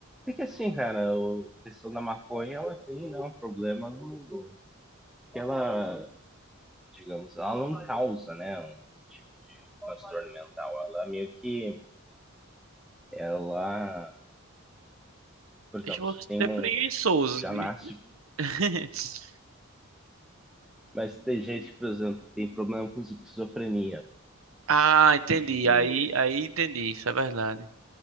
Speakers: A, in the centre; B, on the right (about 70°).
A: é que assim, cara, o- a questão da maconha, ela tem, né, um problema no, que ela, digamos, ela não causa, né, um tipo de transtorno mental. Ela meio que, ela, por exemplo,
B: Deixa você
A: você tem
B: ser
A: um,
B: preguiçoso.
A: você já nasce
B: <laughs>
A: Mas tem gente, por exemplo, que tem problema com esquizofrenia.
B: Ah, entendi.
A: E
B: Aí, aí entendi. Isso é verdade.